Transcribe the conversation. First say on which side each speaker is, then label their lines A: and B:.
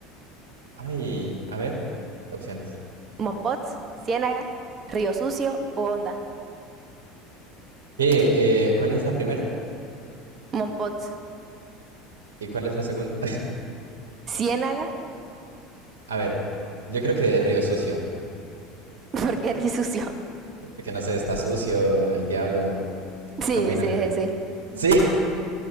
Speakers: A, on the right; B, on the right.
A: Ay, a ver, opciones.
B: ¿Mompots, Ciénaga, Río Sucio o Honda.
A: ¿Qué, eh, ¿cuál es la primera?
B: Mompots,
A: ¿Y cuál es la segunda?
B: Ciénaga,
A: <laughs> A ver, yo creo que Río Sucio.
B: <laughs> porque Río Sucio. <laughs>
A: Porque no sé, está sucio, el diablo.
B: Sí,
A: Combina.
B: sí, sí, sí.
A: Sí,